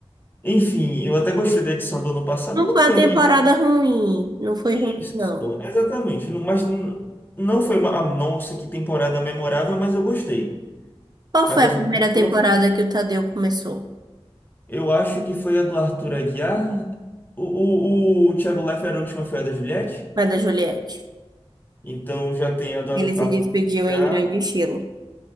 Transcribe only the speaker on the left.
Enfim, eu até gostei da edição do ano passado.
Não
foi
uma
Isso,
exatamente. Não- Mas n- não foi uma, ah, nossa, que temporada memorável, mas eu gostei.
Mas
as
outras
foram.
Eu acho que foi a do Arthur Aguiar. O, o, o Thiago Leifert, a última foi a da Juliette.
Então já tem a do
Arthur
Aguiar.